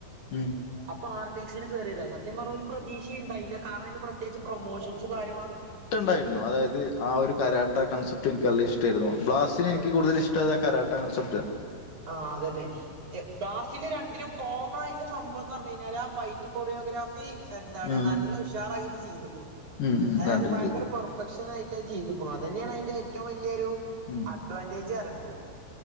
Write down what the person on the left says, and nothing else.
ഉം.
ട്ടണ്ടായിരുന്നു അതായത് ആ ഒരു കരാട്ട കൺസെപ്റ്റ് എനിക്ക് നല്ല ഇഷ്ടാരുന്നു ബ്ലാസ്റ്റിനെ
എനിക്ക് കൂടുതൽ ഇഷ് ടതാ കാരാട്ടാ കൺസെപ്റ്റ്
ഉം
ഉം ഉം
രണ്ടിലും
ചെയ്തു
ഉം